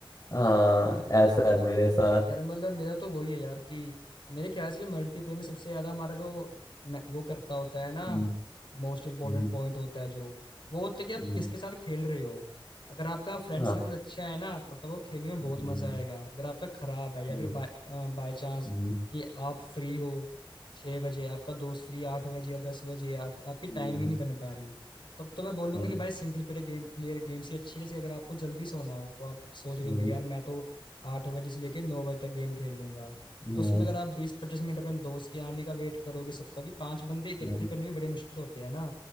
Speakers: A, on the left; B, on the left.
A: हाँ ऐसा है मेरे साथ
B: यार मतलब मेरा तो वही है यार कि मेरे ख्याल से मल्टीप्लेयर में सबसे ज्यादा हमारा जो मैं- वो करता होता है ना
A: हम्म,
B: मोस्ट इम्पोर्टेंट
A: हम्म,
B: पॉइंट होता है जो वो होता है कि आप
A: हम्म।
B: किसके साथ खेल रहे हो अगर आपका फ्रेंड
A: हाँ।
B: सर्कल अच्छा है ना तब तक वो खेलने में बहुत
A: हम्म,
B: मजा आएगा अगर आपका खराब है या
A: हम्म,
B: फिर बाय बाय चांस
A: हम्म,
B: कि आप फ्री हो छः बजे आपका दोस्त फ्री आठ बजे या दस बजे आप, आपकी टाइमिंग
A: हम्म,
B: ही नहीं बन पा रही तब तो मैं बोलूंगा
A: हम्म,
B: कि भाई single player game player games ही अच्छी है। जैसे अगर आपको जल्दी सोना हो तो आप सोच रहे
A: हम्म,
B: होगे यार मैं तो आठ बजे से लेके नौ बजे तक गेम खेल लूंगा
A: हम्म,
B: तो
A: हम्म,
B: उसमें अगर आप बीस पच्चीस मिनट अपने दोस्त के आने का वेट करोगे सबका भी पांच बंदे इकट्ठे
A: हम्म,
B: करने भी बड़े मुश्किल होते हैं ना